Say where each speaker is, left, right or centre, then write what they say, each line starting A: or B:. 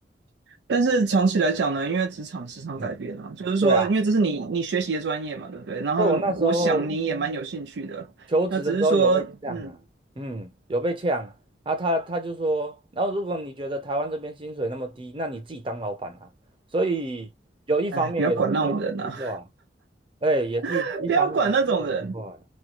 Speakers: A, on the right; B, on the right.
A: 但是长期来讲呢，因为职场时常改变啊，
B: 嗯，
A: 就是说，
B: 对啊，
A: 因为这是你你学习的专业嘛，对不对？然后我想嗯你也蛮有兴趣的，
B: 所以我那时候。求职的时候有被呛啊，
A: 那只是说，嗯，
B: 嗯，有被呛啊他，他就说，然后如果你觉得台湾这边薪水那么低，那你自己当老板啊。所以有一方面也是因为这句话，
A: 哎，不要管那种人呐、啊
B: 哎，也是一方面也是这句话，
A: <laughs> 不要管那种人，